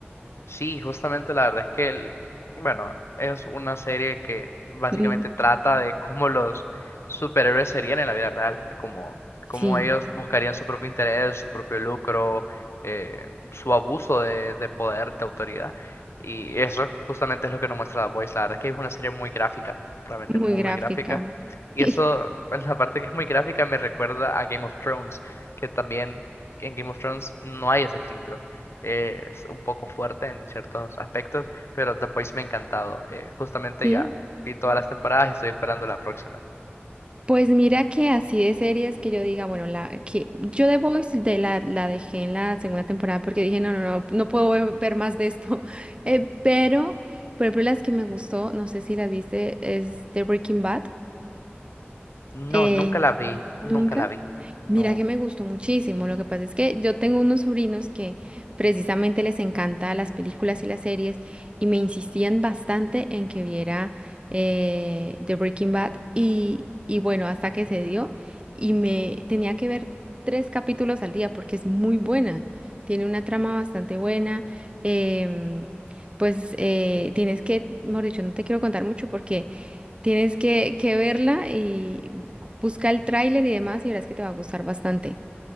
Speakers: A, on the left; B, on the right.
A: Sí, justamente la verdad es que, el- bueno, es una serie que básicamente
B: Mm,
A: trata de cómo los superhéroes serían en la vida real, como
B: sí,
A: cómo ellos buscarían su propio interés, su propio lucro, eh, su abuso de, de poder, de autoridad. Y eso justamente es lo que nos muestra The Voice. La verdad es que es una serie muy gráfica, realmente
B: muy
A: muy,
B: gráfica.
A: muy gráfica.
B: <laughs>
A: Y
B: Sí,
A: eso, <laughs> en la parte que es muy gráfica, me recuerda a Game of Thrones, que también en Game of Thrones no hay ese filtro eh, es un poco fuerte en ciertos aspectos, pero The Voice me ha encantado. eh, justamente
B: sí.
A: ya vi todas las temporadas y estoy esperando la próxima.
B: Pues mira que así de series que yo diga, bueno, la que yo The Voice de la, la dejé en la segunda temporada porque dije, no, no, no, no puedo ver, ver más de esto. <laughs> Eh, pero, por ejemplo, las que me gustó, no sé si las viste, es The Breaking Bad.
A: No,
B: Eh,
A: nunca la vi,
B: ¿Nunca?
A: nunca la vi. No.
B: Mira que me gustó muchísimo. Lo que pasa es que yo tengo unos sobrinos que precisamente les encanta las películas y las series y me insistían bastante en que viera eh, The Breaking Bad y, y bueno, hasta que se dio y me tenía que ver tres capítulos al día porque es muy buena. Tiene una trama bastante buena. em, pues eh, tienes que, mejor dicho, no te quiero contar mucho porque... Tienes que, que verla y Busca el tráiler y demás y verás que te va a gustar bastante.